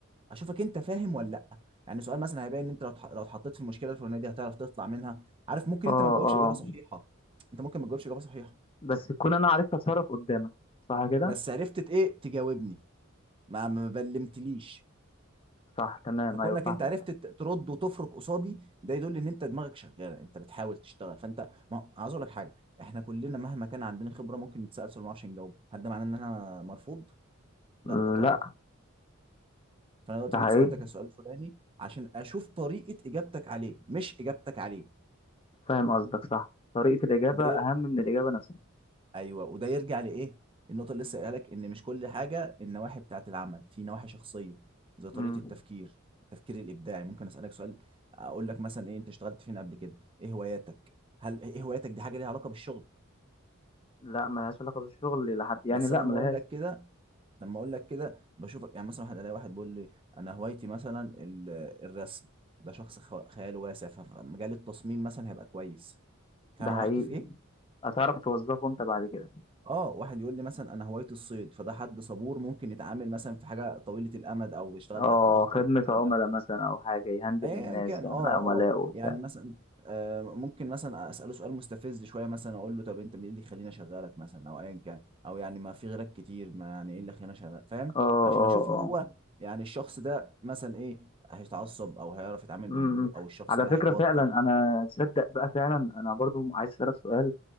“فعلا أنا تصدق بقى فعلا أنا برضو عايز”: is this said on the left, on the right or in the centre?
Left